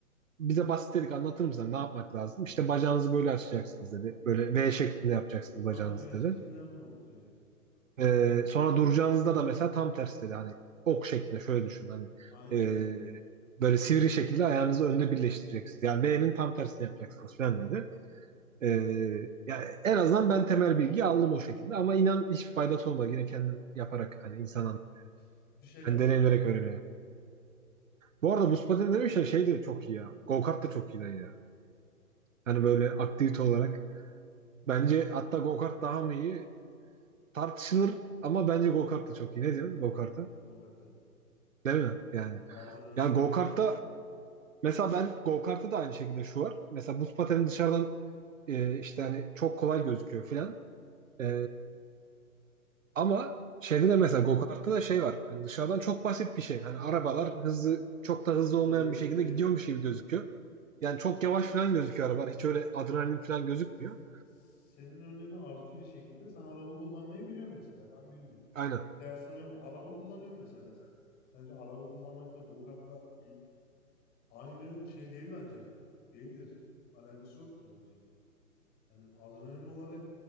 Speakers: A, on the right; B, on the left.
A: bize basit dedik anlatır mısın ne yapmak lazım? İşte bacağınızı böyle açacaksınız dedi. Böyle V şeklinde yapacaksınız bacağınızı
B: aynen V şeklinde
A: dedi.
B: yapmamız gerekiyor. şu anda.
A: E, sonra duracağınızda da mesela tam tersi dedi. Hani ok şeklinde şöyle düşün hani
B: Aynen.
A: e, böyle sivri şekilde ayağınızı önde birleştireceksiniz. Yani V'nin tam tersini yapacaksınız falan dedi. Ee, yani en azından ben temel bilgi aldım o şekilde ama inan hiç faydası olmadı. Yine kendim yaparak hani insanın
B: <laughs> Düşe
A: hani
B: kalka.
A: deneyimlerek öğreniyor. Bu arada buz pateni demişler şey de çok iyi ya. Go kart da çok iyi lan ya. Hani böyle aktivite olarak. Bence hatta go kart daha mı iyi tartışılır ama bence go kart da çok iyi. Ne diyorsun
B: Go kart.
A: go kart'a?
B: Ben go kart derim.
A: Değil mi? Yani.
B: O adrenalin
A: Yani go kart'ta mesela ben go kart'ta da aynı şekilde şu var. Mesela buz pateni dışarıdan e, işte hani çok kolay gözüküyor filan. E, Ama şeyde de mesela go-kart'ta da şey var. Hani dışarıdan çok basit bir şey. Hani arabalar hızlı çok da hızlı
B: öyle
A: olmayan
B: bir
A: bir
B: şey
A: şekilde
B: değil.
A: gidiyormuş gibi gözüküyor. Yani çok yavaş falan gözüküyor arabalar. Hiç öyle adrenalin falan gözükmüyor.
B: S- Senin önüne artı bir şekilde sen araba kullanmayı biliyorsun mesela. Ben bilmiyorum.
A: Aynen.
B: Kıyaslamıyorum. Araba kullanıyorsun mesela sen. Sence araba kullanmak da go kartla bir- aynı şey değil bence. Değildir. Alakası yoktur bence. Yani adrenalin olarak